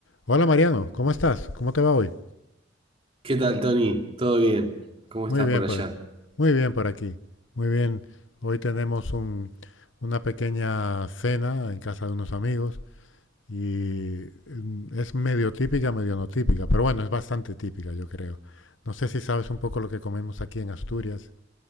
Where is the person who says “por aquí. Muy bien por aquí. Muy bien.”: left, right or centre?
Left